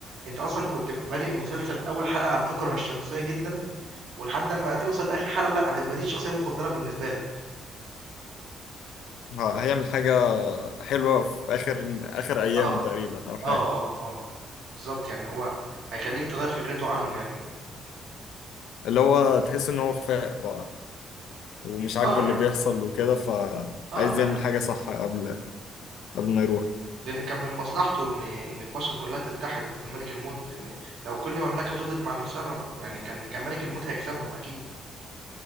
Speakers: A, on the right; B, on the left.
A: انت اصلا كنت بادئ المسلسل اول حلقه هتكره الشخصيه جدا ولحد ما توصل لاخر حلقه لا هتبقى دي الشخصيه المفضله بالنسبه لك
B: ه- هيعمل حاجة حلوة في آخر آخر أيامه
A: اه
B: تقريبا أو حاجة
A: اه اه اه بالظبط يعني هو هيخليك تغير فكرته عنه يعني
B: اللي هو تحس إن هو فاق بقى ومش عاجبه
A: اه يعني
B: اللي بيحصل وكده فعايز
A: اه لا
B: يعمل
A: يعني
B: حاجة صح قبل قبل ما يروح
A: لأن كان من مصلحته إن إن البشر كلها تتحد ضد ملك الموت لأن لو كل مملكة فضلت مع نفسها ما ك- يعني كان كان ملك الموت هيكسبهم أكيد